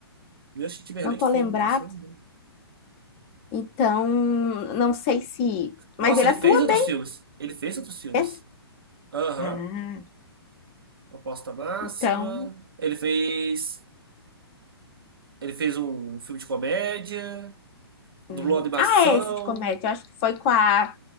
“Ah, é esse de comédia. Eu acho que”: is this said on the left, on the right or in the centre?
Left